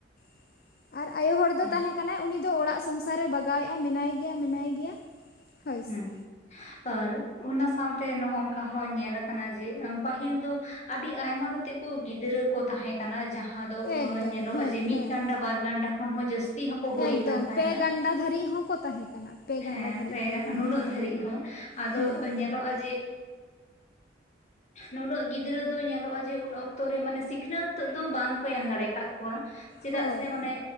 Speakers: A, on the left (about 50°); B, on the left (about 40°).
A: ᱾ ᱟᱨ ᱟᱭᱳ ᱦᱚᱲ ᱫᱚ
B: ᱦᱮᱸ
A: ᱛᱟᱦᱮᱸ ᱠᱟᱱᱟᱭ ᱩᱱᱤ ᱫᱚ ᱚᱲᱟᱜ ᱥᱚᱝᱥᱟᱨᱮ ᱵᱟᱜᱟᱣᱮᱫᱼᱟ ᱢᱮᱱᱟᱭ ᱜᱮᱭᱟ ᱢᱮᱱᱟᱭ ᱜᱮᱭᱟ᱾ ᱦᱳᱭ
B: ᱦᱩᱸ᱾
A: ᱥᱮ
B: ᱦᱳᱭ ᱚᱱᱟ ᱥᱟᱣᱛᱮ ᱱᱚᱜ ᱚᱝᱠᱟ ᱦᱚᱸ ᱧᱮᱞ ᱠᱟᱱᱟ ᱡᱮ ᱯᱟᱹᱦᱤᱞ ᱫᱚ ᱟᱹᱰᱤ ᱟᱭᱢᱟ ᱠᱟᱛᱮᱜ ᱠᱩ ᱜᱤᱫᱽᱨᱟᱹ ᱠᱩ ᱛᱟᱦᱮᱸ ᱠᱟᱱᱟ ᱡᱟᱦᱟᱸ ᱫᱚ
A: ᱮᱠᱫᱚᱢ
B: ᱧᱮᱞᱚᱜᱼᱟ
A: ᱦᱮᱸ
B: ᱡᱮ ᱢᱤᱫ
A: ᱦᱮᱸ
B: ᱜᱟᱱᱰᱟ ᱵᱟᱨ ᱜᱟᱱᱰᱟ ᱠᱷᱚᱱ ᱦᱚᱸ ᱡᱟᱹᱥᱛᱤ᱾ ᱦᱚᱸᱠᱚ ᱦᱩᱭ
A: ᱮᱠᱫᱚᱢ,
B: ᱟᱠᱟᱱ ᱛᱟᱦᱮᱱᱟ
A: ᱯᱮ ᱜᱟᱱᱰᱟ ᱫᱷᱟᱹᱨᱤᱡ ᱦᱚᱸᱠᱚ ᱛᱟᱦᱮᱸ ᱠᱟᱱᱟ ᱯᱮ ᱜᱟᱱᱰᱟ
B: ᱦᱮᱸ
A: ᱫᱷᱟᱹᱨᱤᱡ
B: ᱯᱨᱟᱭ
A: ᱦᱚᱸ᱾
B: ᱱᱩᱱᱟᱹᱜ
A: ᱦᱮᱸ
B: ᱫᱷᱟᱹᱨᱤᱡ ᱦᱚᱸ ᱟᱫᱚ
A: ᱦᱮᱸ
B: ᱧᱮᱞᱚᱜᱼᱟ ᱡᱮ ᱱᱩᱱᱟᱹᱜ ᱜᱤᱫᱽᱨᱟᱹ ᱫᱚ ᱧᱮᱞᱚᱜᱼᱟ ᱡᱮ ᱩᱱ ᱚᱠᱛᱚ ᱨᱮ ᱢᱟᱱᱮ ᱥᱤᱠᱷᱱᱟᱹᱛ ᱫᱚ ᱵᱟᱝᱠᱚ ᱮᱢ ᱫᱟᱲᱮ ᱠᱟᱜ ᱠᱚᱣᱟ᱾ ᱪᱮᱫᱟᱜ
A: ᱦᱳᱭ
B: ᱥᱮ ᱢᱟᱱᱮ